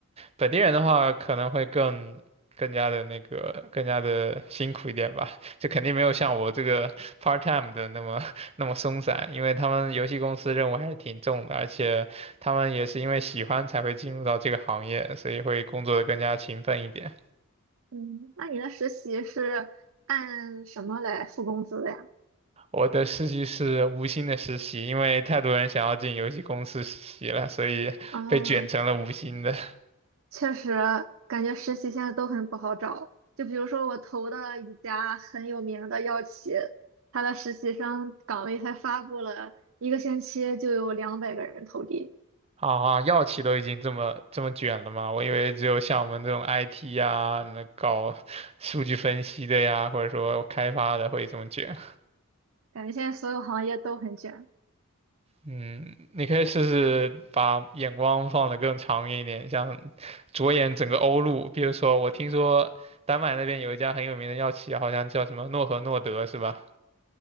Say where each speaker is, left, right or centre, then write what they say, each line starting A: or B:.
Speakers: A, on the right; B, on the right.
A: 本地人的话可能会更更加的那个更加的辛苦一点吧，就肯定没有像我这个 part time 的那么 <laughs> 那么松散，因为他们游戏公司任务还是挺重的，而且他们也是因为喜欢才会进入到这个行业，所以会工作的更加勤奋一点。
B: 嗯，那你的实习是按什么来付工资的呀？
A: 我的实习是无薪的实习，因为太多人想要进游戏公司实习了，所以被卷成了无薪的。
B: 啊，
A: <laughs>
B: 确实，感觉实习现在都很不好找。就比如说我投的一家很有名的药企，它的实习生岗位才发布了一个星期就有两百个人投递，
A: 啊，啊！药企都已经这么这么卷了吗？我以为只有像我们这种 IT 呀、那搞 <laughs> 数据分析的呀，或者说开发的会这么卷。
B: 感觉现在所有行业都很卷。
A: 嗯，你可以试试把眼光放得更长远一点，像着眼整个欧陆。比如说，我听说丹麦那边有一家很有名的药企，好像叫什么诺和诺德，是吧？